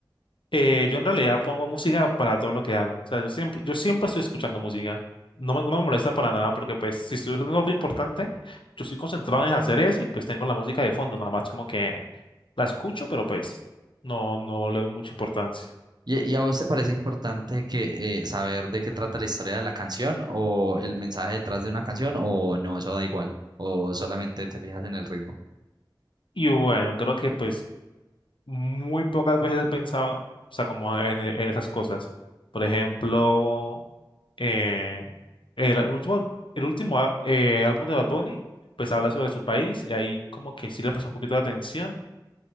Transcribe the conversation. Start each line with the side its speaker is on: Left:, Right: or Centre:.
Left: Eh, yo en realidad pongo música para todo lo que hago, o sea, yo siempre, yo siempre estoy escuchando música, no me, no me molesta para nada porque pues si estoy haciendo algo importante, yo estoy concentrado en hacer eso y pues tengo la música de fondo, nada más como que la escucho, pero pues no, no le doy mucha importancia.
Right: ¿Y, y a vos te parece importante que eh, saber de qué trata la historia de la canción o el mensaje detrás de una canción o no, eso da igual, o solamente te fijas en el ritmo?
Left: Y bueno, creo que pues muy pocas veces he pensado, o sea, como en, en esas cosas. Por ejemplo, eh, el, el último, el último a- eh, álbum de Bad Bunny, pues habla sobre su país y ahí como que sí le prestó un poquito de atención,